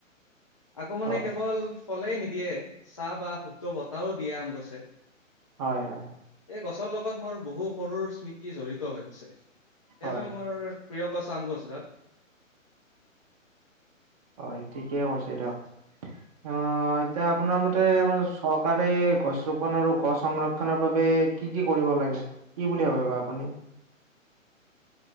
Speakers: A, on the left; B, on the right.
A: আকৌ মানে
B: হয়,
A: কেৱল কলেই নিদিয়ে চাহ বা শুদ্ধ বটাহও দিয়ে আম গছে।
B: হয়, হয়,
A: এই গছৰ লগত মোৰ বহু সৰুৰ স্মৃতি জড়িত হৈ আছে সেইবাবে
B: হয়,
A: মোৰ প্ৰিয় গছ আম গছ ডাল।
B: হয় ঠিকেই হৈছে দিয়ক। অ', এতিয়া আপোনাৰ মতে আমাৰ চৰকাৰে গছ ৰোপন আৰু গছ সংৰক্ষনৰৰ বাবে কি কি কৰিব লাগে কি বুলি ভাবে বা আপুনি?